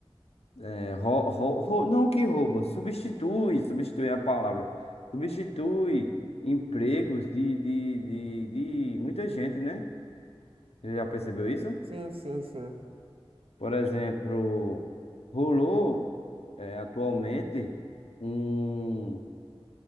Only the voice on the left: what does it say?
é, rou, rou- rou- não que rouba, substitui, substitui é a palavra, substitui empregos de, de, de, de muita gente, né? Você já percebeu isso?
Por exemplo, rolou, é, atualmente um.